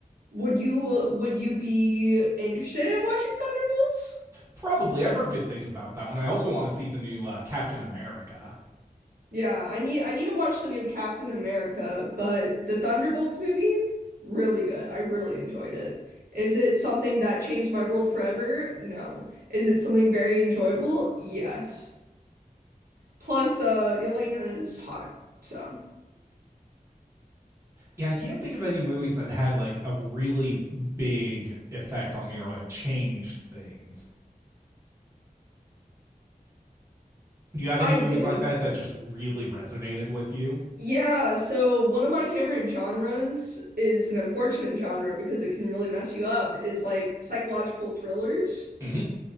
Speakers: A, on the right; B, on the right.
A: Would you uh, would you be interested in watching Thunderbolts?
B: Probably. I've heard good things about that one. I also want to see the new uh, Captain America.
A: Yeah, I need I need to watch the new Captain America, but the Thunderbolts movie, really good. I really enjoyed it. Is it something that changed my world forever? No. Is it something very enjoyable? Yes. Plus, uh, Yelena is hot, so
B: Yeah, I can't think of any movies that had like a really big effect on me or like changed things. Do you have any
A: I
B: movies
A: can.
B: like that that just really resonated with you?
A: Yeah, so one of my favorite genres is an unfortunate genre because it can really mess you up, is like psychological thrillers.
B: Mm-hmm.